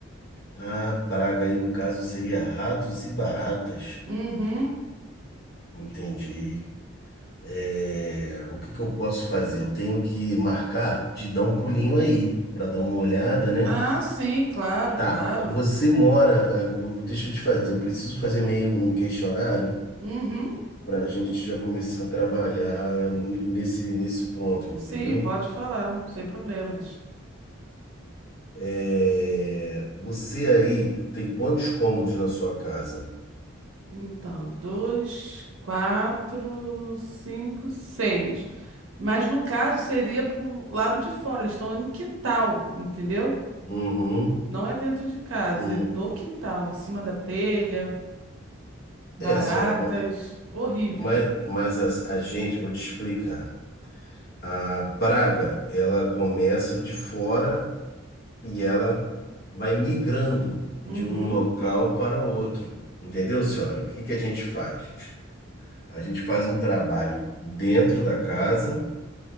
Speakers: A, on the left; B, on the right.
A: A praga aí no caso seria ratos e baratas.
B: Uhum.
A: Entendi. É, o que que eu posso fazer? Eu tenho que marcar de dar um pulinho aí para dar uma olhada, né?
B: Ah, sim, claro,
A: Tá,
B: claro.
A: você mora, ah, eu- deixa eu te fazer, eu preciso fazer meio um questionário
B: Uhum,
A: para a gente já começar a trabalhar n- nesse, nesse ponto, entendeu?
B: sim, pode falar, sem problemas.
A: É, você aí tem quantos cômodos na sua casa?
B: Então, dois, quatro, cinco, seis. Mas no caso seria pro lado de fora, eles estão no quintal, entendeu?
A: Uhum,
B: Não é dentro de casa,
A: uhum.
B: é no quintal, em cima da telha, baratas,
A: É, senhora, ma-
B: horrível.
A: mas, mas a, a gente, vou te explicar. A praga, ela começa de fora e ela vai migrando
B: Uhum.
A: de um local para outro. Entendeu, senhora? O que que a gente faz? A gente faz um trabalho dentro da casa